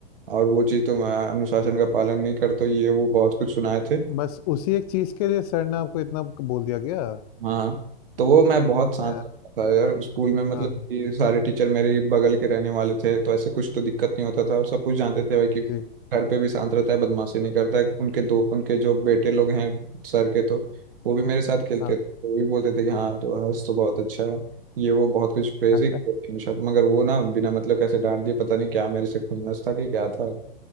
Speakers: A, on the right; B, on the left.
A: और वो चीज तुम अ, अनुशासन का पालन नहीं करते हो, ये वो बहुत कुछ सुनाए थे
B: बस उसी एक चीज के लिए सर ने आपको इतना बोल दिया गया
A: हाँ तो वो मैं बहुत शांत
B: यार
A: करता था यार स्कूल में मतलब
B: हाँ हाँ,
A: कि सारे टीचर मेरे बगल के रहने वाले थे तो ऐसे कुछ तो दिक्कत नहीं होता था और सब कुछ जानते थे भाई कि
B: जी
A: घर पे भी शांत रहता है बदमाशी नहीं करता है उनके दो उनके जो बेटे लोग हैं सर के तो वो भी मेरे साथ खेलते
B: हाँ
A: थे वो भी बोलते थे कि हाँ तो हर्ष तो बहुत अच्छा है ये वो बहुत कुछ प्रेज
B: अच्छा
A: ही करते हैं शायद मगर वो ना बिना मतलब कैसे डांट दिए पता नहीं क्या मेरे से खुन्नस था कि क्या था